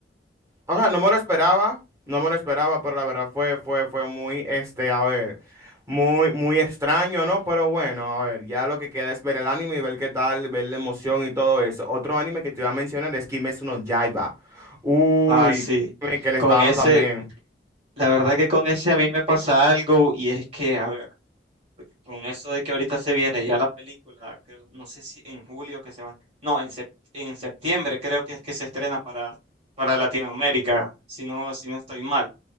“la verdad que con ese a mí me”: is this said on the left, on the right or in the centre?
Right